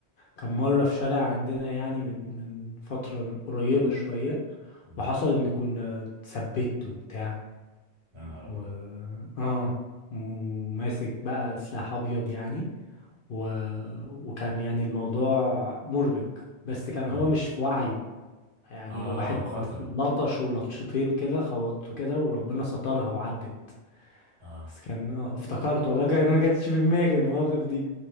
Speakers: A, on the left; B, on the right.
A: كان مرة في شارع عندنا يعني من من فترة قريبة شوية
B: مم.
A: وحصل ان كنا اتثبت وبتاع
B: يا نهار ابيض
A: و اه وماسك بقى سلاح ابيض يعني و... وكان يعني الموضوع مربك بس كان
B: اه
A: هو مش في وعيه يعني
B: اه
A: الواحد
B: مخدر
A: لطش ولطشتين كده خبطته كده وربنا سترها وعدت
B: اه
A: بس كان اه افتكرت والله كان ما كانتش في دماغي المواقف دي